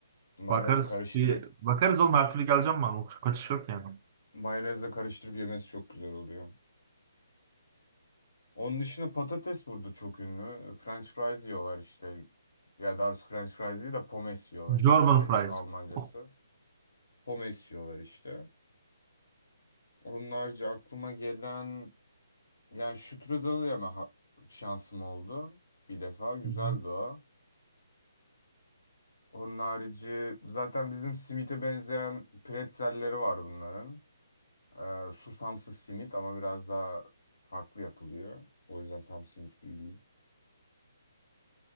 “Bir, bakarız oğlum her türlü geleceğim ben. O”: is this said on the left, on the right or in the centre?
Right